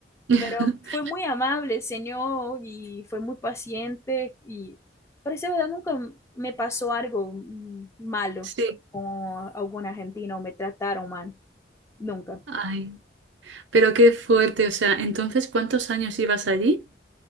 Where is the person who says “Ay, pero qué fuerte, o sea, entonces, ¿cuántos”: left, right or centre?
Right